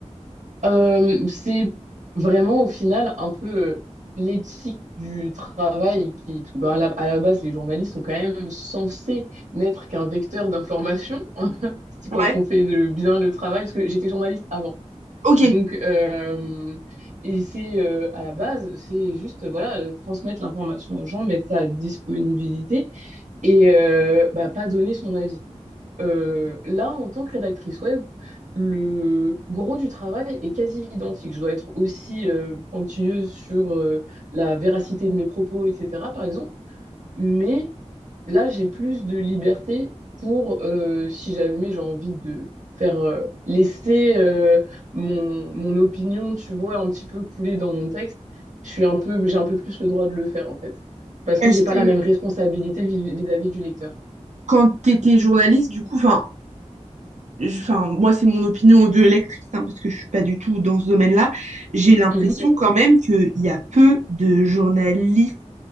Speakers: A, on the right; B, on the right.
A: Euh, c'est vraiment au final un peu euh, l'éthique du travail qui, parce que, bah, à la, à la base, les journalistes sont quand même censés n'être qu'un vecteur d'information. <laughs> C'est
B: Ouais,
A: quand on fait de, bien le travail, parce que j'étais journaliste avant.
B: ok.
A: Donc, euh, et c'est euh, à la base, c'est juste voilà, euh, transmettre l'information aux gens, mettre ça à disponibilité et euh, bah, pas donner son avis. Euh, là, en tant que rédactrice web, le gros du travail est quasi identique. Je dois être aussi euh, pointilleuse sur euh, la véracité de mes propos, etc., par exemple. Mais là, j'ai plus de liberté pour, euh, si jamais j'ai envie de faire euh, laisser euh, mon, mon opinion, tu vois, un petit peu couler dans mon texte, je suis un peu, j'ai un peu plus le droit de le faire, en fait. Parce que
B: Parce
A: j'ai pas
B: que
A: la même responsabilité vis- vis-à-vis du lecteur.
B: quand tu étais journaliste, du coup, enfin, je- enfin, moi, c'est mon opinion de lectrice, hein, parce que je suis pas du tout dans ce domaine-là. J'ai l'impression
A: Mhm.
B: quand même qu'il y a peu de journalistes